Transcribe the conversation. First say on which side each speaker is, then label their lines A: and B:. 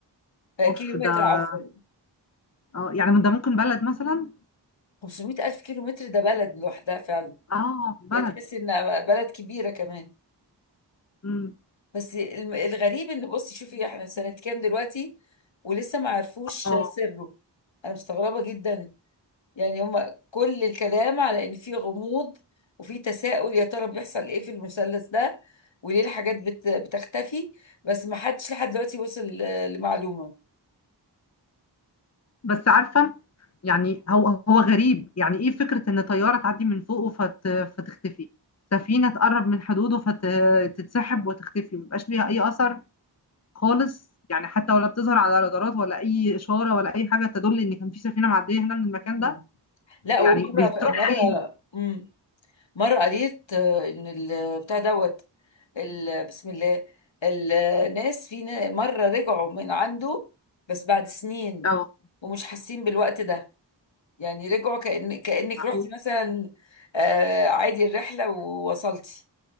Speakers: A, on the left (about 80°); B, on the left (about 35°).
A: آه،
B: اوف
A: كيلو
B: ده
A: متر عفوا
B: اه يعني من ده ممكن بلد مثلا
A: 500 الف كيلو متر ده بلد لوحدها فعلا
B: اه بلد
A: يا تحس انها بلد كبيره كمان
B: امم
A: بس الم- الغريب ان بصي شوفي احنا سنة كام دلوقتي ولسه ما عرفوش
B: اه
A: سره انا مستغربة جدا يعني هما كل الكلام على ان في غموض وفي تساؤل يا ترى بيحصل ايه في المثلث ده وليه الحاجات بت... بتختفي بس ما حدش لحد دلوقتي وصل ل- لمعلومة
B: بس عارفه يعني هو هو غريب يعني ايه فكره ان طياره تعدي من فوقه فت فتختفي سفينه تقرب من حدوده فتتسحب وتختفي مبيبقاش ليها اي اثر خالص يعني حتى ولا بتظهر على رادارات ولا اي اشاره ولا اي حاجه تدل ان كان في سفينه معديه هنا من المكان
A: مم.
B: ده
A: لا
B: يعني
A: ومرة
B: بيتروح
A: مرة
B: فين
A: مم، مرة قريت آه، ان البتاع دوت ال... بسم الله الناس في نا- مرة رجعوا من عنده بس بعد سنين
B: اه
A: ومش حاسين بالوقت ده يعني رجعوا كأن كأنك
B: معقول
A: رحت مثلا آه، عادي الرحلة ووصلتي